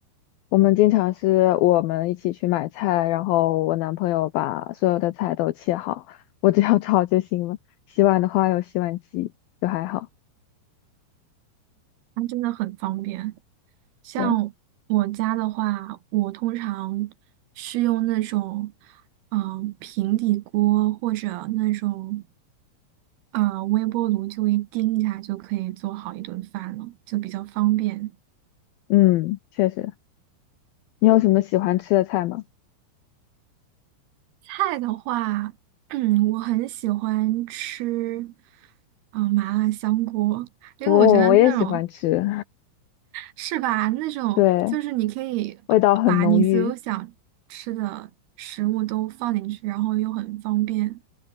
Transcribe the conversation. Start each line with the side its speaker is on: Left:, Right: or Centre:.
Left: 我们经常是我们一起去买菜，然后我男朋友把所有的菜都切好，我只要炒就行了。洗碗的话有洗碗机，就还好。
Right: 它真的很方便。像我家的话，
Left: 对，
Right: 我通常是用那种，嗯、平底锅或者那种，呃，微波炉，就一叮一下就可以做好一顿饭了，就比较方便。
Left: 嗯，确实。你有什么喜欢吃的菜吗？
Right: 菜的话，<clears throat> 嗯，我很喜欢吃，嗯、麻辣香锅，因为我觉得那种
Left: 我我也喜欢吃，
Right: 是吧？那种就是你可以呃把你所有想吃的食物都放进去，
Left: <laughs> 对，味道很浓郁。
Right: 然后又很方便，